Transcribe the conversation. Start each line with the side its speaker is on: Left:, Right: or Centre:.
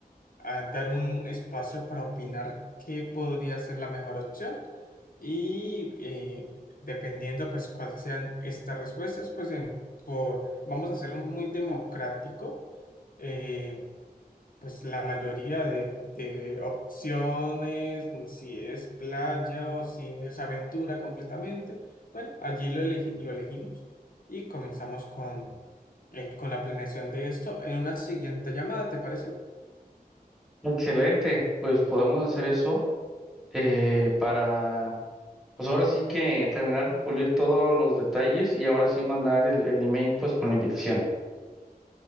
Left: a dar un espacio para opinar qué podría ser la mejor opción y eh, dependiendo pues cuáles sean estas respuestas, pues en- por, vamos a hacerlo muy democrático, eh, pues la mayoría de, de opciones, si es playa o si es aventura completamente, bueno, allí lo, elegi- lo elegimos y comenzamos con, eh, con la planeación de esto en una siguiente llamada, ¿te parece?
Centre: Excelente, pues podemos hacer eso eh, para, pues ahora sí que terminar de pulir todos los detalles y ahora sí mandar el, el email pues con la invitación.